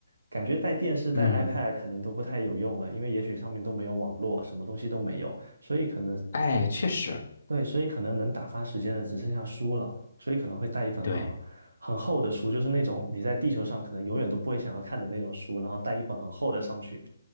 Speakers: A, on the right; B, on the left.
A: 感觉带电视、带
B: 嗯，
A: iPad 可能都不太有用了，因为也许上面都没有网络，什么东西都没有，所以可能
B: 哎，确实，
A: 对，所以可能能打发时间的只剩下书了，所以可能会带一本很
B: 对，
A: 很厚的书，就是那种你在地球上可能永远都不会想要看的那种书，然后带一本很厚的上去，